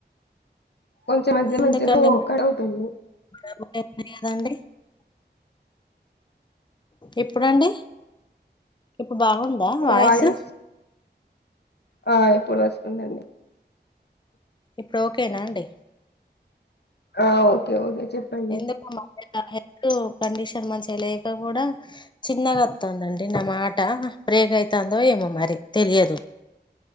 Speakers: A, on the left (about 70°); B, on the left (about 25°).
A: కొంచెం మధ్య
B: ఎందుకండి
A: మధ్యలో కట్ అవుతుంది
B: <unintelligible> ఇప్పుడండి ఇప్పుడు బాగుందా వాయిసు
A: వాయిస్ ఆ ఇప్పుడు వస్తుందండి
B: ఇప్పుడు ఓకేనా అండి
A: ఆ ఓకే ఓకే చెప్పండి
B: ఎందుకు <unintelligible> నా హెల్త్ కండిషన్ మంచిగా లేక కూడా చిన్నగా వత్తుదండి నా మాట బ్రేక్ అయితందో ఏమో మరి తెలియదు